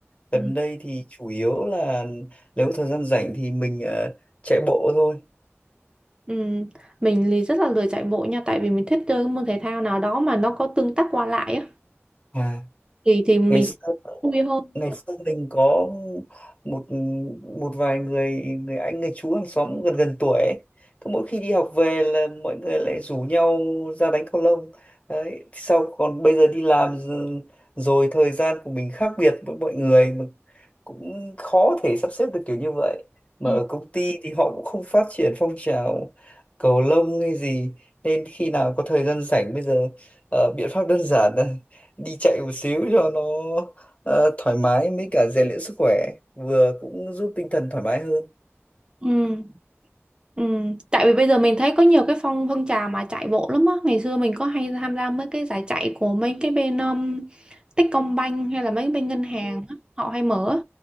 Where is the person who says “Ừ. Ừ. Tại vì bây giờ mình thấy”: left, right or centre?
Right